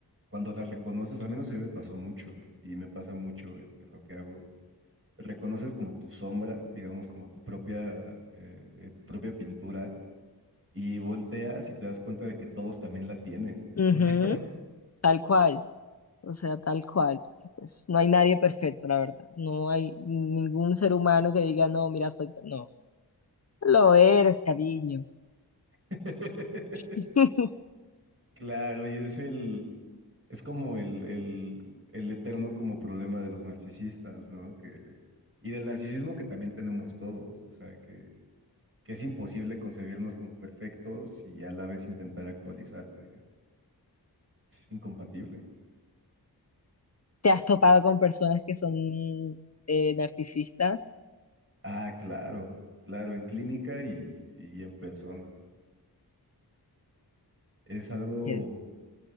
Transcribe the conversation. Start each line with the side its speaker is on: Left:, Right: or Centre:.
Right: cuando la reconoces, al menos a mí me pasó mucho y me pasa mucho en, en lo que hago, reconoces como tu sombra, digamos, como tu propia, eh, eh, tu propia pintura. Y volteas y te das cuenta de que todos también la tienen.
Left: Ujú,
Right: O sea,
Left: tal cual, o sea, tal cual, porque, pues no hay nadie perfecto, la verdad. No hay ningún ser humano que diga, no, mira, soy... No, lo eres, cariño.
Right: <laughs>
Left: <laughs>
Right: Claro, y es el, es como el, el, el eterno como problema de los narcisistas, ¿no? Que, y del narcisismo que también tenemos todos, o sea, que, que es imposible concebirnos como perfectos y a la vez intentar actualizarte. Es incompatible.
Left: ¿Te has topado con personas que son eh, narcisistas?
Right: Ah, claro, claro, en clínica y, y en persona. Es algo,
Left: Yes.